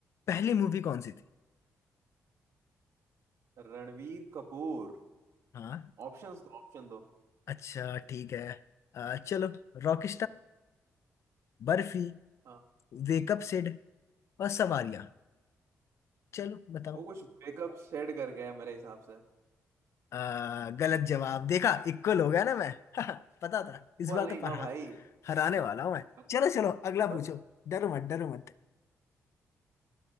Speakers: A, on the left; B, on the right.
A: पहली मूवी कौन सी थी
B: रणवीर कपूर
A: हाँ
B: ऑप्शंस दो ऑप्शन दो
A: अच्छा ठीक है आ, चलो रॉक बर्फी
B: हाँ
A: वेकअप सिड और सवारियां चलो बताओ
B: वो कुछ ब्रेकअप सेट कर गया है मेरे हिसाब से
A: आ, गलत जवाब देखा इक्वल हो गया ना मैं <laughs> पता था इस
B: इक्वल
A: बार तो
B: नहीं हुआ
A: पढ़ा
B: भाई
A: हराने वाला हूं मैं
B: बस
A: चलो चलो अगला
B: बस
A: पूछो डरो मत डरो मत